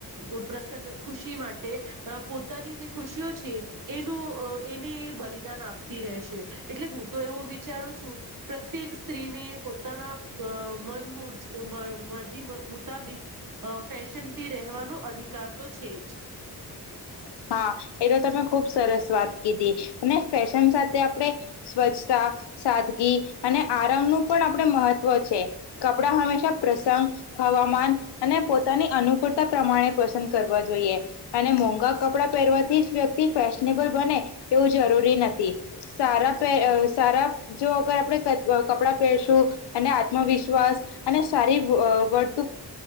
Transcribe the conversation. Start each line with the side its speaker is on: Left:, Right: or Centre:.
Right: ઉત્રસન્ન ખુશી માટે અ. પોતાની જે ખુશીઓ છે એનું અ એને એ બલિદાન આપતી રેહશે એટલે હું તો એ. ઉ વિચારું છું પ્રત્યેક સ્ત્રીને પોતાના અ મન મૂરજી અ જીમ મુતાબિક અ ફેશનથી રહેવાનો અધિકાર તો છે જ.
Left: હા એ તો તમે ખુબ સરસ વાત કીધી અને. ફેશન સાથે આપડે સ્વચ્છતા સાદગી અને આરામનું. પણ આપડે મહત્વ છે કપડા હંમેશા પ્રસંગ હવામાન અને પોતાની અનુકૂળ. તા પ્રમાણે પસંદ કરવા જોઈએ અને મોંઘા ક. કપડા પહેરવાથી જ વ્યક્તિ ફેશનેબલ બને એવું જરૂરી નથી. સારા પે અ સારા. જો અગર આપડે કત કપડા પહેરશું અને આત્મવિશ્વાસ અને સારી અ વર્ત.